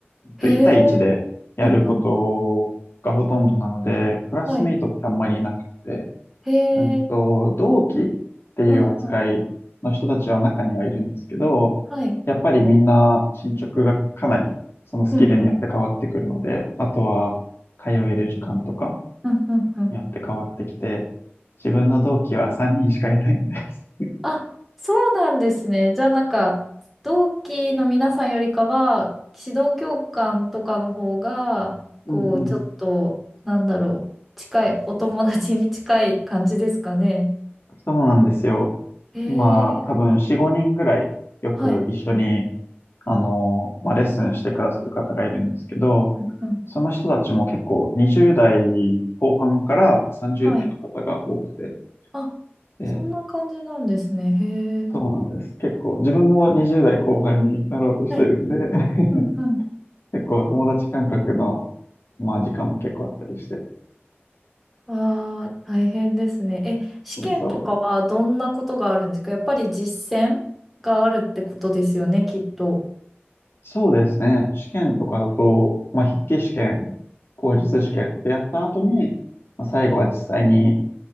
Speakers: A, on the left; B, in the centre.
A: うんと、
B: へえ。
A: 1対1でやることがほとんどなので、
B: うんうん。
A: クラスメイトってあんまりいなくて、
B: はい。へ
A: うんと、
B: え。
A: 同期っていう扱いの人たちは中にはいるんですけど、
B: うんうん。はい。
A: やっぱりみんな進捗がかなりそのスキルによって変わってくるので、
B: うんうん。
A: あとは通える時間とか
B: うんうんうん。
A: によって変わってきて、自分の同期は3人しかいないんです。
B: あ、そうなんですね。じゃあなんか、同期の皆さんよりかは、指導教官とかの方が、
A: うんうん。
B: こう、ちょっと、なんだろう、近い、お友達に近い感じですかね。
A: そうなんですよ。
B: へえ。
A: 今、多分4、5人ぐらいよく一緒に、
B: はい。
A: あの、まあ、レッスンしてくださる方がいるんですけど、
B: うんうん。
A: その人たちも結構20代後半から30代の方が多くて、
B: はい。あ、
A: で、
B: そんな感じなんですね。へえ。
A: そうなんです。結構、自分も20代後半になろうとしてるんで、
B: はい。
A: <laughs>
B: うんうん。
A: 結構友達感覚の、まあ、時間も結構あったりして、
B: ああ、大変ですね。え、試験とかはどんなことがあるんですかやっぱり実践があるってことですよね、
A: そう
B: きっと。
A: そうですね。試験とかだと、
B: うんう
A: まあ、筆記試験、口述試験ってやった後に、まあ、最後は実際に